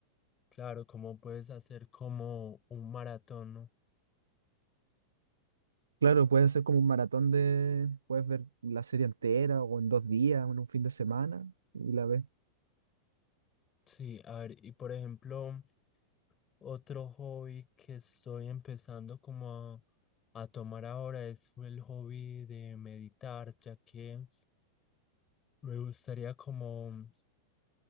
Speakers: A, on the left; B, on the right.
A: claro, cómo puedes hacer como un maratón, ¿no?
B: Claro, puedes hacer como un maratón de, puedes ver la serie entera o en dos días o en un fin de semana y la ves.
A: Sí, a ver, y por ejemplo... Otro hobby que estoy empezando como a, a tomar ahora es el hobby de meditar, ya que me gustaría como